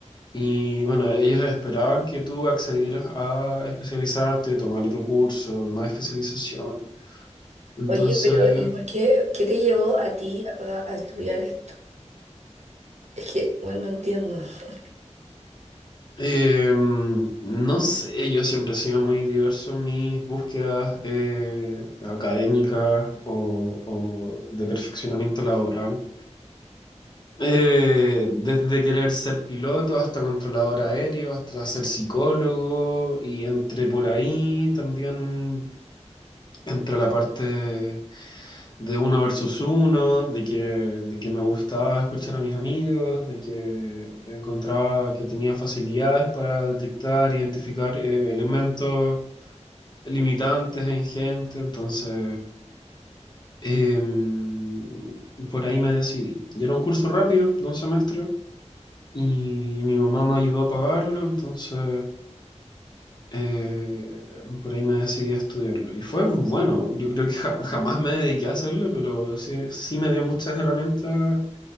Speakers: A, on the left; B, on the right.
A: Y bueno, ellos esperaban que tú accedieras a especializarte, tomar otro curso, más especialización. Entonces,
B: Oye, pero ¿y por qué, qué te llevó a ti a, a estudiar esto? Es que, bueno, no entiendo. <laughs>
A: eh, no sé, yo siempre he sido muy diverso en mis búsquedas eh, académicas o, o de perfeccionamiento laboral. Eh, desde querer ser piloto hasta controlador aéreo, hasta ser psicólogo y entre por ahí también entra la parte de uno versus uno, de que, de que me gustaba escuchar a mis amigos, de que encontraba que tenía facilidades para detectar, identificar eh, elementos limitantes en gente, entonces em, por ahí me decidí. Y era un curso rápido, de un semestre y mi mamá me ayudó a pagarlo, entonces eh, por ahí me decidí a estudiarlo. Y fue bueno, yo creo que <laughs> jam- jamás me dediqué a hacerlo, pero sí, sí me dio muchas herramientas